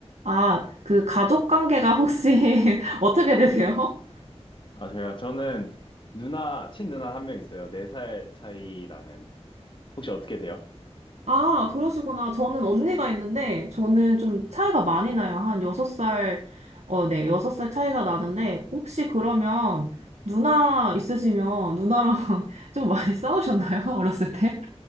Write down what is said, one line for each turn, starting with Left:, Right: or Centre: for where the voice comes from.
Right: 아, 그 가족 관계가 혹시 <laughs> 어떻게 되세요?
Left: 아, 저요? 저는 누나, 친누나 한 명 있어요. 네 살 차이 나는. 혹시 어떻게 돼요?
Right: 아, 그러시구나. 저는 언니가 있는데, 저는 좀 차이가 많이 나요. 한 6살, 어, 네, 여섯 살 차이가 나는데, 혹시 그러면 누나 있으시면 누나랑 <laughs> 좀 많이 싸우셨나요? <laughs> 어렸을 때?